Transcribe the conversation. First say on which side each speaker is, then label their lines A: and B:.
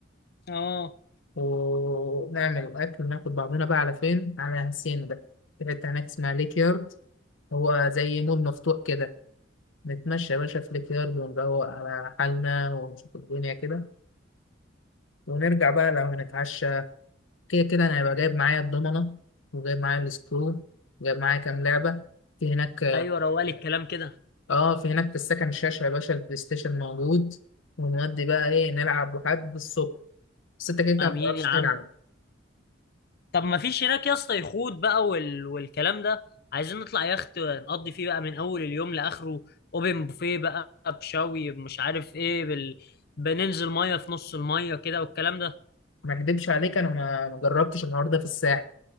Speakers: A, on the left (about 55°); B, on the left (about 80°).
A: اه
B: ونعمل أكل ناخد بعضنا بقى على فين على هاسين ده في حتة هناك اسمها ليك يارد هو زي مول مفتوح كده نتمشى يا باشا في الكيارد ونروق على حالنا ونشوف الدنيا كده ونرجع بقى لو هنتعشى كده كده انا هيبقى جايب معايا الضمنة وجايب معايا السكرو وجايب معايا كام لعبة في هناك
A: ايوه روالي الكلام كده
B: اه في هناك في السكن شاشة يا باشا البلاي ستيشن موجود ونودي بقى ايه نلعب لحد الصبح بس انت كده كده
A: امين
B: متعرفش
A: يا
B: تلعب
A: عم طب ما فيش هناك يا اسطى يخوت بقى وال... والكلام ده عايزين نطلع يخت نقضي فيه بقى من اول اليوم لاخره اوبن بوفيه بقى بشوي مش عارف ايه بال... بننزل ميه في نص الميه كده والكلام ده
B: ما اكدبش عليك انا ما ما جربتش النهارده ده في الساحل